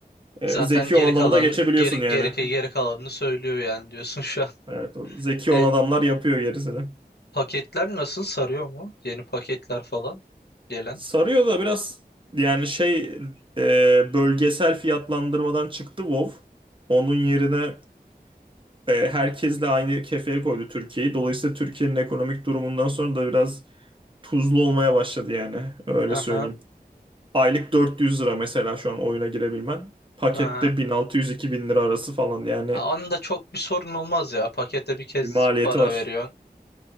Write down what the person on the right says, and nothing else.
Ee,
zeki
olan
adamı da geçebiliyorsun
yani.
Evet, o zeki
olan adamlar yapıyor gerisini.
Sarıyor da biraz yani şey e, bölgesel fiyatlandırmadan çıktı WoW. Onun yerine e, herkesle aynı kefeye koydu Türkiye'yi. Dolayısıyla Türkiye'nin ekonomik durumundan sonra da biraz tuzlu olmaya başladı yani. Öyle
söyleyeyim. Aylık 400 lira mesela şu an oyuna girebilmen. Pakette
1600-2000 lira arası falan yani
bir maliyeti
var.